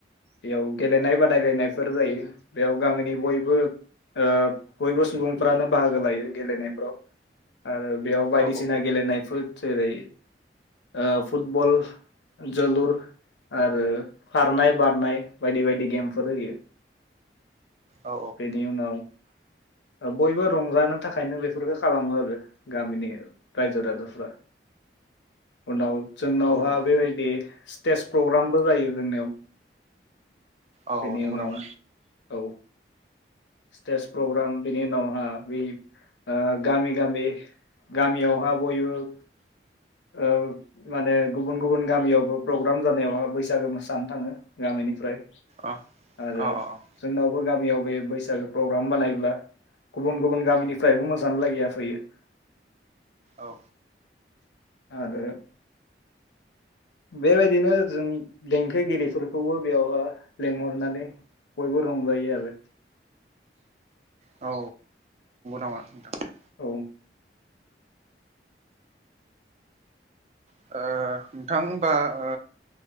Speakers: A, on the left; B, on the right.
A: बेयाव गेलेनाय बादायलायनायफोर जायो। बेयाव गामिनि बयबो ओ बयबो सुबुंफ्रानो बाहागो लायो गेलेनायफ्राव। आरो बेयाव बायदिसिना
B: औ
A: गेलेनायफोर जेरै। ओ फुटबल जोलुर आरो खारनाय बारनाय बायदि -बायदि गेमफोर होयो।
B: औ
A: बेनि उनाव। ओ बयबो रंजानो थाखायनो बेफोरखौ खालामो आरो, गामिनि रायजो राजाफ्रा, उनाव जोंनावहा
B: औ नंगौ
A: बेबायदि स्टेज प्रग्रामबो जायो जोंनियाव।
B: अ
A: बेनि
B: नंगौ
A: उनाव
B: नामा।
A: औ स्टेज प्रग्राम, बिनि उनावहा बै ओ गामि गामि गामियावहा बयबो। ओ माने गुबुन गुबुन गामियावबो प्रग्राम जानायावहाय बैसागो मोसानो थाङो गामिनिफ्राय।
B: अ
A: आरो
B: अ अ
A: जोंनावबो। गामियाव बे बैसागो प्रग्राम बानायोब्ला गुबुन गुबुन गामिनिफ्रायबो मोसानो लागैया फैयो।
B: औ
A: आरो बेबायदिनो जों देंखोगिरिफोरखौबो बेयावहाय लिेंंहरनानै बयबो रंजायो आरो।
B: औ <unintelligible>
A: औ।
B: ओ नोंथां होनबा ओ।